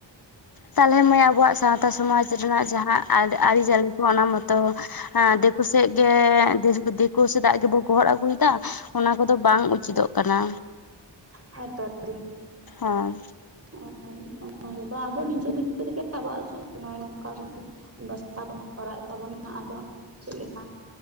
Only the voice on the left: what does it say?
ᱛᱟᱞᱦᱮ ᱢᱟᱹᱭ ᱟᱵᱚᱣᱟᱜ ᱥᱟᱶᱛᱟ ᱥᱚᱢᱟᱡᱽ ᱨᱮᱱᱟᱜ ᱡᱟᱦᱟᱸ ᱟᱨ ᱟᱨᱤ ᱪᱟᱞᱤ ᱠᱚ ᱚᱱᱟ ᱢᱟ ᱛᱚ ᱦᱮ ᱫᱤᱠᱩ ᱥᱮᱜ ᱜᱮ ᱫᱤᱠᱩ ᱥᱮᱫᱟᱜ ᱜᱮ ᱵᱚ ᱜᱚᱦᱚᱲ ᱟᱹᱜᱩᱭ ᱫᱟ ᱚᱱᱟ ᱠᱚ ᱫᱚ ᱵᱟᱝ ᱩᱪᱤᱛᱚᱜ ᱠᱟᱱᱟ
ᱦᱮᱸ